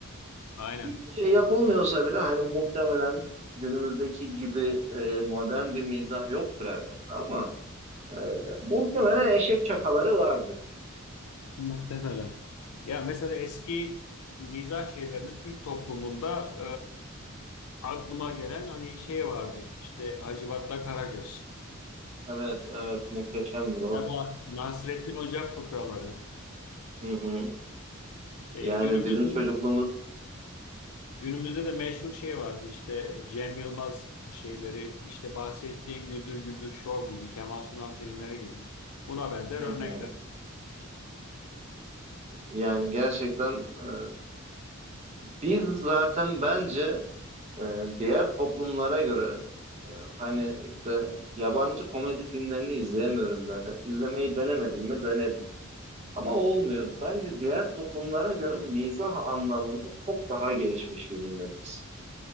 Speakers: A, on the left; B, on the right.
A: aynen.
B: Hiçbir şey yapılmıyorsa bile hani muhtemelen günümüzdeki gibi e, modern bir mizah yoktur elbette ama e, muhtemelen eşek çakaları vardır.
A: Muhtemelen. Ya mesela eski mizah şeylerinde Türk toplumunda e, aklıma gelen hani şey vardır. İşte Hacivat'la Karagöz
B: Evet, evet muhteşemdir o.
A: ya da Nasrettin Hoca fıkraları.
B: Hı hı.
A: E,
B: Yani
A: günümüzde
B: bizim çocukluğumuz
A: Günümüzde de meşhur şey vardı işte Cem Yılmaz şeyleri işte bahsettiğin Güldür Güldür Show gibi Kemal Sunal filmleri gibi buna benzer
B: hı
A: örnekler.
B: hı. Yani gerçekten e, biz zaten bence e, diğer toplumlara göre e, hani işte yabancı komedi filmlerini izleyemiyorum zaten. İzlemeyi denemedim mi? Denedim. Ama olmuyor. Bence diğer toplumlara göre mizah anlamında çok daha gelişmiş bir milletiz.